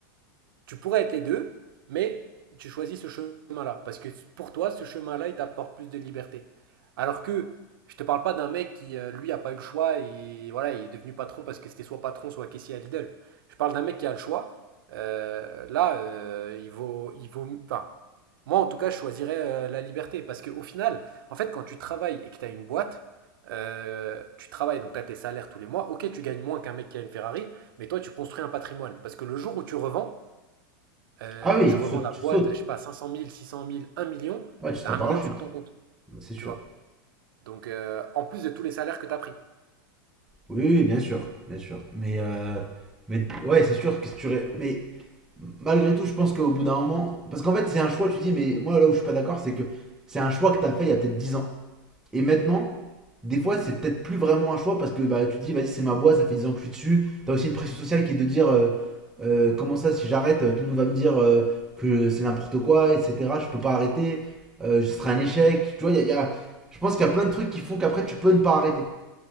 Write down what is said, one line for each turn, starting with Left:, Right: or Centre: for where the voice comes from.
Right: Tu pourrais être les deux, mais tu choisis ce chemin-là. Parce que pour toi, ce chemin-là, il t'apporte plus de liberté. Alors que je te parle pas d'un mec qui, euh, lui, a pas eu le choix et voilà, il est devenu patron parce que c'était soit patron, soit caissier à Lidl. Je parle d'un mec qui a le choix. Euh, là, euh, il vaut, il vaut, enfin, moi en tout cas, je choisirais euh, la liberté parce qu'au final, en fait, quand tu travailles et que tu as une boîte, euh, tu travailles donc tu as tes salaires tous les mois. Ok, tu gagnes moins qu'un mec qui a une Ferrari, mais toi, tu construis un patrimoine parce que le jour où tu revends, euh,
Centre: Ah oui,
Right: tu
Centre: tu
Right: revends
Centre: sautes,
Right: la
Centre: tu
Right: boîte,
Centre: sautes.
Right: je sais pas, cinq cent mille six cent mille un million,
Centre: Ouais, tu sautes
Right: t'as
Centre: en
Right: un
Centre: parachute.
Right: million sur ton compte,
Centre: Bah, C'est sûr.
Right: tu vois. Donc, euh, en plus de tous les salaires que t'as pris.
Centre: Oui, oui, oui, bien sûr, bien sûr. Mais, euh, mais ouais, c'est sûr que si tu. ré- Mais malgré tout, je pense qu'au bout d'un moment. Parce qu'en fait, c'est un choix, tu dis, mais moi, là où je suis pas d'accord, c'est que c'est un choix que t'as fait il y a peut-être 10 ans. Et maintenant, des fois, c'est peut-être plus vraiment un choix parce que bah, tu te dis, vas-y, c'est ma boîte, ça fait 10 ans que je suis dessus. T'as aussi une pression sociale qui est de dire, euh, euh, comment ça, si j'arrête, euh, tout le monde va me dire euh, que c'est n'importe quoi, etc. Je peux pas arrêter, euh, ce sera un échec. Tu vois, il y a- y a- je pense qu'il y a plein de trucs qui font qu'après, tu peux ne pas arrêter.